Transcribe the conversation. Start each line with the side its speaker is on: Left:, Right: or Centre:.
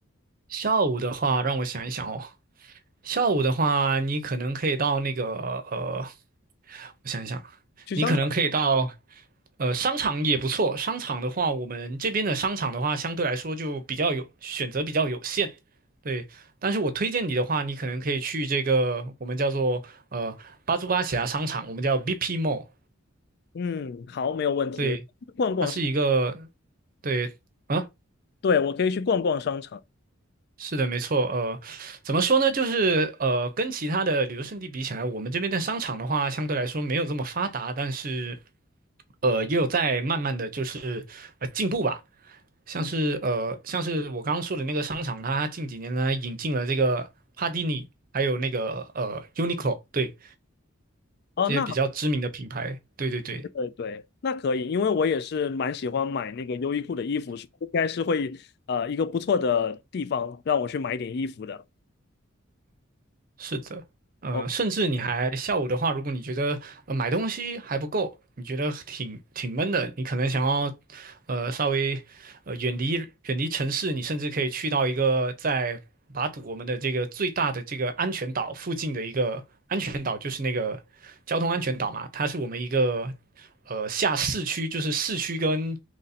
Right: 下午的话，让我想一想哦，下午的话，你可能可以到那个呃，我想一想，
Left: 去商场。
Right: 你可能可以到呃商场也不错。商场的话，我们这边的商场的话，相对来说就比较有选择比较有限，对。但是我推荐你的话，你可能可以去这个我们叫做呃巴珠巴喜亚商场，我们叫 BP Mall，
Left: 嗯，好，没有问题。
Right: 对，
Left: 逛逛是，
Right: 它是一个对。啊。
Left: 对，我可以去逛逛商场。
Right: 是的，没错。呃，怎么说呢？就是呃，跟其他的旅游胜地比起来，我们这边的商场的话，相对来说没有这么发达，但是呃，也有在慢慢的就是呃进步吧。像是呃，
Left: 嗯，
Right: 像是我刚刚说的那个商场，它近几年呢引进了这个帕蒂尼，还有那个呃 Uniqlo，对，
Left: 哦，
Right: 这些比较知名的品牌。
Left: 那。好。
Right: 对对对，
Left: 对对，那可以，因为我也是蛮喜欢买那个优衣库的衣服，应该是会呃一个不错的地方让我去买点衣服的。
Right: 是的，呃，
Left: 哦，
Right: 甚至你还下午的话，如果你觉得呃买东西还不够，你觉得挺挺闷的，你可能想要呃稍微呃远离远离城市，你甚至可以去到一个在巴堵我们的这个最大的这个安全岛附近的一个安全岛，就是那个交通安全岛嘛，它是我们一个呃下市区，就是市区跟